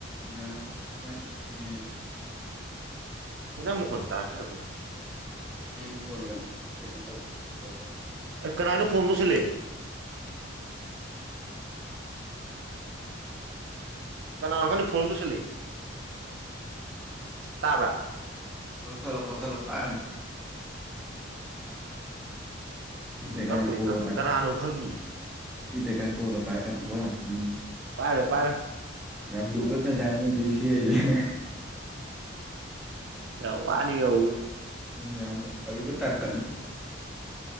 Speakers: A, in the centre; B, on the right.
A: ꯍ ꯇꯥꯏꯅꯦ
B: ꯀꯩꯅꯅꯥ ꯃ ꯀꯣꯟ ꯇ ꯁ
A: ꯑꯩ ꯐꯣꯟꯗ ꯀꯩꯅꯣ ꯇꯧꯕꯅꯤ ꯁꯤꯟꯗꯣꯛꯄꯅꯤ
B: ꯀꯅꯥꯅꯣ ꯐꯣꯟ ꯇꯧꯁꯤꯜꯂꯦ ꯀꯩꯅ ꯑꯃꯈ ꯐꯣꯔꯣꯟ ꯇꯁ ꯇꯥꯕꯥ
A: ꯀꯧꯊꯂꯣ ꯀꯣꯊꯂꯣ ꯄꯥꯏꯅ ꯆꯤꯇꯀꯥꯏ
B: ꯀꯛꯄꯨꯗꯤ
A: ꯀꯒ
B: ꯀꯛꯈ꯭ꯔꯦ
A: ꯄꯥꯀ
B: ꯀꯅꯥꯅꯣ ꯈꯪꯗꯤꯌꯦ
A: ꯆꯤꯇ ꯀꯥꯏ ꯀꯒ ꯄꯥꯀꯔꯀꯣ ꯎꯝ
B: ꯄꯥꯔ ꯄꯥꯔ
A: ꯌꯥꯝ ꯌꯥꯝ ꯂꯨꯕꯠ ꯅ ꯆꯅꯤ ꯁꯤ ꯍꯥꯏꯁ
B: ꯌꯥ ꯋꯥꯅꯤ ꯌꯥꯎ
A: ꯎ ꯌꯥꯝ ꯑꯔꯨꯕ ꯇꯥꯡꯀꯛ